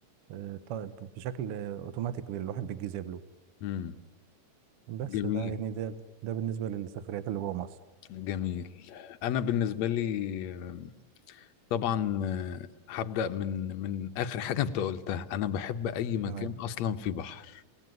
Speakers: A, on the right; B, on the left.
A: آه، طيب بشكل اوتوماتيك الواحد بيتجذب له
B: امم
A: بس
B: جميل
A: ده يعني ده ده بالنسبة للسفريات اللي جوه مصر
B: جميل أنا بالنسبة لي آه، طبعا آه، هبدأ من من آخر حاجة أنت قلتها أنا بحب أي مكان
A: تمام
B: أصلا فيه بحر